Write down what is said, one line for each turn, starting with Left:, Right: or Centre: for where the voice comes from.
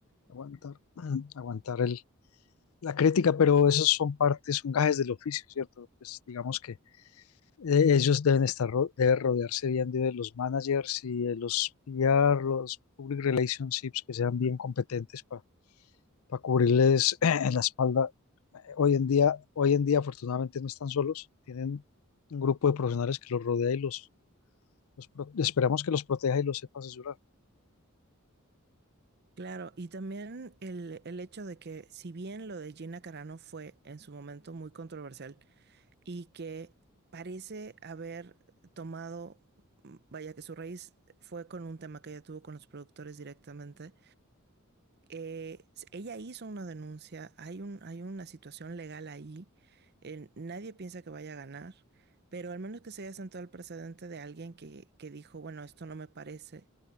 Left: aguantar, <clears throat> aguantar el, la crítica, pero esos son partes, son gajes del oficio, ¿cierto? Pues digamos que eh, ellos deben estar ro- deben rodearse bien de los managers y de los PR, los public relationships que sean bien competentes para cubrirles <clears throat> en la espalda. Hoy en día, hoy en día afortunadamente no están solos, tienen un grupo de profesionales que los rodea y los, los pro- esperamos que los proteja y los sepa asesorar.
Right: Claro, y también el, el hecho de que si bien lo de Gina Carano fue en su momento muy controversial y que parece haber tomado, vaya que su raíz fue con un tema que ella tuvo con los productores directamente, eh, ella hizo una denuncia, hay un, hay una situación legal ahí, eh, nadie piensa que vaya a ganar, pero al menos que se haya sentado el precedente de alguien que, que dijo, bueno, esto no me parece,